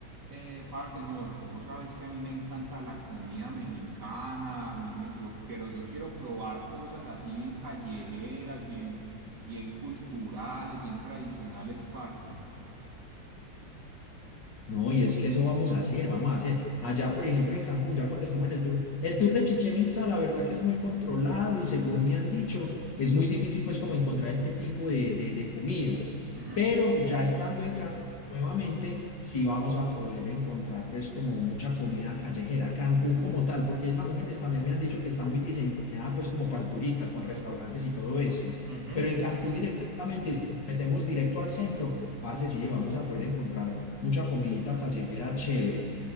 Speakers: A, on the right (about 70°); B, on the left (about 80°).
A: eh, parce, no, vos sabes que a mí me encanta la comida mexicana, a mí me, yo, pero yo quiero probar cosas así bien callejeras, bien, bien culturales, bien tradicionales, parce.
B: No, y es que eso vamos a hacer, vamos a hacer. Allá, por ejemplo, en Cancún, ya cuando estemos en el tour, el tour de Chichén Itzá, la verdad que es muy controlado y según me han dicho, es muy difícil pues como encontrar este tipo de, de, de comidas.
A: Ujú,
B: Pero ya estando en Cancún nuevamente, sí vamos a poder encontrar pues como mucha comida callejera. Cancún como tal, porque es las mujeres también me han dicho que está muy diseñada pues como para el turista, con restaurantes y todo eso.
A: ujú.
B: Pero en Cancún directamente, si nos metemos directo al centro, parce, sí, vamos a poder encontrar mucha comidita callejera chévere.